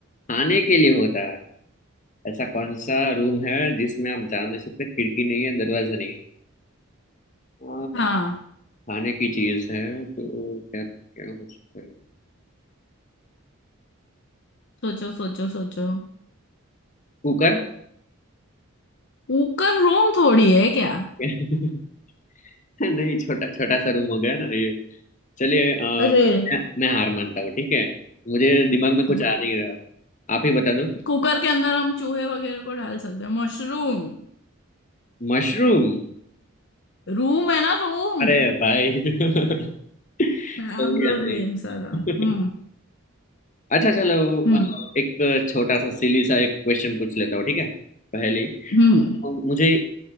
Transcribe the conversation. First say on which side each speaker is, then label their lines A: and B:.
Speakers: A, on the left; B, on the left.
A: खाने के लिए होता है ऐसा कौन सा रूम है जिसमें आप जा नहीं सकते खिड़की नहीं है दरवाजा नहीं है अ,
B: हाँ
A: खाने की चीज है तो क्या क्या हो सकता है
B: सोचो सोचो सोचो
A: कुकर
B: कुकर रूम थोड़ी है क्या
A: <laughs> <laughs> नहीं छोटा छोटा सा रूम हो गया ना ये चलिए अ,
B: अरे
A: मैं मैं हार मानता हूँ ठीक है मुझे दिमाग में कुछ
B: हाँ
A: आ नहीं रहा आप ही बता दो
B: कुकर के अंदर हम चूहे वगैरह को डाल सकते हैं मशरूम
A: मशरूम
B: रूम है ना रूम
A: अरे भाई <laughs>
B: बहुत
A: सही है सही
B: लेम सा था
A: है <laughs>
B: हम्म
A: अच्छा चलो
B: हम्म
A: अ, एक छोटा सा सिली सा एक क्वेश्चन पूछ लेता हूँ ठीक है पहले
B: हम्म
A: अ, मुझे